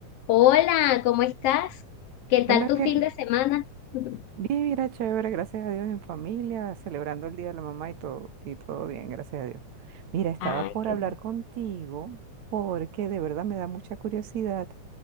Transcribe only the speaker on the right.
Hola,
bien,
bien, mira, chévere, gracias a Dios en familia, celebrando el Día de la Mamá y todo, y todo bien, gracias a Dios. Mira, estaba
por
hablar
contigo porque de verdad me da mucha curiosidad